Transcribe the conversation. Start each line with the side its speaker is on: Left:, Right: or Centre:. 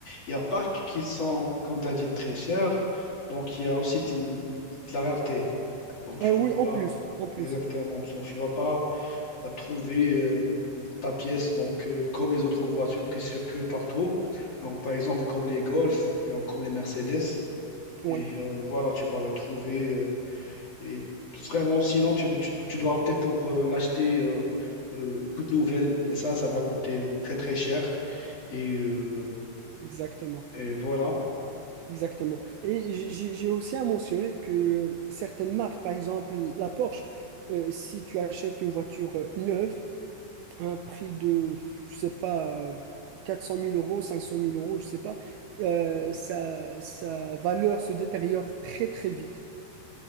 Left: Il y a parcs qui sont, comme tu as dit, très chers. Donc, il y a aussi de, l- de la rareté, là. Donc,
Right: Ah
Left: tu
Right: oui,
Left: ne vas
Right: en
Left: pas
Right: plus, en plus.
Left: Exactement. Donc, tu vas pas euh, trouver euh, ta pièce donc, euh, comme les autres voitures qui circulent partout. Donc, par exemple, comme les Golf, bien comme les Mercedes.
Right: Oui,
Left: Et euh, voilà, tu vas la trouver. euh, et vraiment, sinon, tu, tu- tu dois opter pour euh, l'acheter euh, euh, toute nouvelle. Et ça, ça va coûter très, très cher. Et, euh,
Right: exactement.
Left: et voilà.
Right: Exactement. Et j- j'ai j'ai aussi à mentionner que certaines marques, par exemple la Porsche, euh, si tu achètes une voiture euh, neuve à un prix de, je sais pas, euh, quatre cent mille euros, cinq cent mille euros, je sais pas, euh, sa, sa valeur se détériore très très vite.